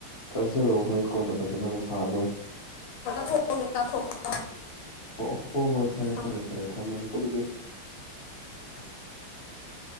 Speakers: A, on the left; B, on the left.
A: ꯆꯥꯖꯔꯛꯣꯑꯣ ꯍꯣꯔꯦꯟ ꯀꯣꯟꯅ ꯐꯖꯅ ꯑꯃꯨꯛ ꯁꯥꯔ ꯂꯣꯏ
B: ꯐꯒꯦ ꯇ ꯊ <unintelligible>
A: ꯑꯣ ꯍꯣ ꯍꯣꯏ ꯐꯔꯦ
B: ꯊꯝꯃꯣ
A: ꯐꯔꯦ ꯐꯔꯦ ꯊꯝꯃꯒꯦꯀꯣ ꯑꯗꯨꯗꯤ <unintelligible>